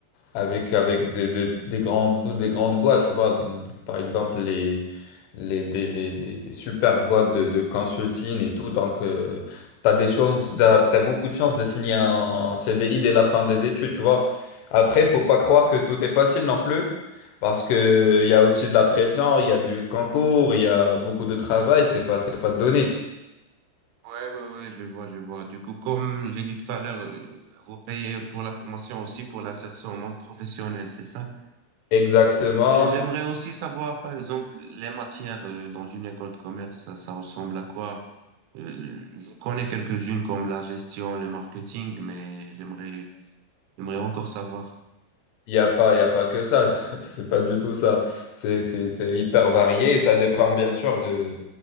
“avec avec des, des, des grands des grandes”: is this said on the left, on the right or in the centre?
Left